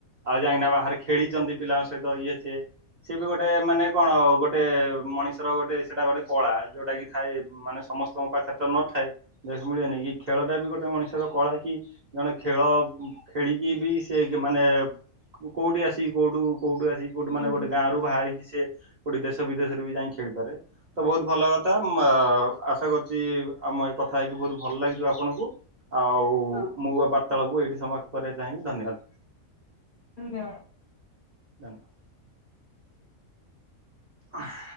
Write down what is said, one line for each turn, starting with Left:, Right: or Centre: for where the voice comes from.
Right: ଆଉ ଯାଇଁକିନା ବାହାରେ ଖେଳିଚନ୍ତି ପିଲାଙ୍କ ସହିତ ଇଏ ସିଏ। ସେ ବି ଗୋଟେ ମାନେ କଣ ଗୋଟେ ମଣିଷର ଗୋଟେ ସେଟା ଗୋଟେ କଳା ଯୋଉଟା କି ଥାଏ ମାନେ ସମସ୍ ତୁମ ପାଖରେ ତ ନଥାଏ ଯେ ସେ ମିଳିବ ନେଇ ଏଇ ଖେଳଟା ବି ଗୋଟେ ମଣିଷର କଳା କି ଜଣେ ଖେଳ ଉଁ ଖେଳିକି ବି ସେ ମାନେ କୋ କୋଉଠି ଆସି କୋଉଠୁ କୋଉଠୁ ଆସି କଉଠୁ
Left: ହୁଁ
Right: ମାନେ ଗୋଟେ
Left: ହୁଁ
Right: ଗାଁରୁ ବାହାରିକି ସିଏ ଗୋଟେ ଦେଶ ବିଦେଶରେ ବି ଯାଇଁକି ଖେଳିପାରେ ତ ବହୁତ ଭଲ କଥା ମ ଆଶା କ ଚି ଆମ ଏ କଥା ହେଇକି ବୋହୁତ ଭଲ ଲାଗିଥିବ ଆପଣଙ୍କୁ ଆଉ
Left: ହଁ
Right: ମୋ ବା ତବଖକୁ ଏଇଠି ସମାପ୍ତ କରିବା ଚାହିଁବି ଧନ୍ୟବାଦ।
Left: ଧନ୍ୟବାଦ।
Right: ଜାଁଲ। ଅଃ।